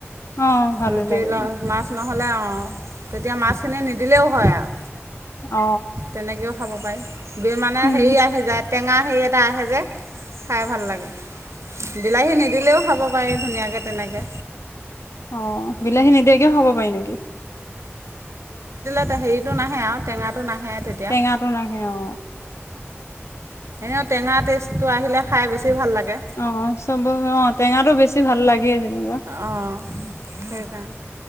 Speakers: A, on the left (about 80°); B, on the right (about 80°).
A: অ ভালে
B: ৰুটি
A: লাগে ন
B: মাছ নহ'লে অ তেতিয়া মাছখিনি নিদিলেও হয় আৰু
A: অ
B: তেনেকেও খাব পায় বি মানে
A: উম
B: হেৰি আহি টেঙা হেৰি এটা আহে যে খাই ভাল লাগে বিলাহী নি দিলেও খাব পাৰি ধুনীয়াকে তেনেকে
A: অহ বিলাহী নিদিয়াকেও খাব পাৰি নিকি <inaudible>
B: তে হেৰিটো নাহে আৰু টেঙাটো নাহে তেতিয়া
A: টেঙাটো নাহে অ
B: এনেও টেঙা টেষ্ট টো আহিলে খাই বেছি ভাল লাগে
A: অ', চব অ', টেঙাটো বেছি ভাল লাগে যেনিবা।
B: অঁ সেইকাৰণে